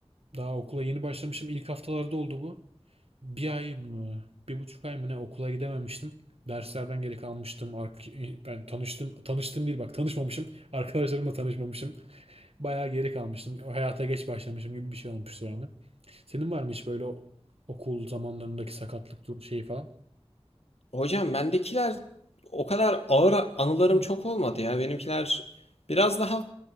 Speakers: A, on the right; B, on the left.
A: daha okula yeni başlamışım. İlk haftalarda oldu bu bir ay mı, bir buçuk ay mı ne okula gidememiştim. Derslerden geri kalmıştım. Ark ben tanıştım, tanıştım değil bak tanışmamışım. Arkadaşlarımla tanışmamışım. Bayağı geri kalmıştım. Hayata geç başlamışım gibi bir şey olmuştu yani. Senin var mı hiç böyle o- okul zamanlarındaki sakatlık dur şeyi falan?
B: Hocam bendekiler o kadar ağır anılarım
A: Hı,
B: çok olmadı ya. Benimkiler biraz daha